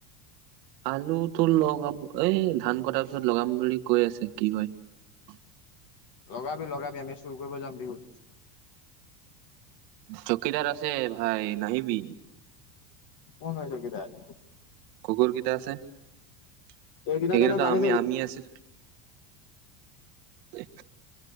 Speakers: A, on the right (about 75°); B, on the left (about 40°).
A: আলুটো লগাম এই ধান কটাৰ পিছত লগাম বুলি কৈ আছে কি হয়? ঠ
B: লগাবি লগাবি আমি চুৰ কৰিব যাম বিহুত।
A: চকিদাৰ আছে ভাই নাহিবি।
B: কোন হয় চকিদাৰ?
A: কুকুৰ, কেইটা আছে সেইকেইটা
B: এইদিনৰ কাৰণে বান্ধি
A: আমি
B: থবি।
A: আমি আছিল। উ!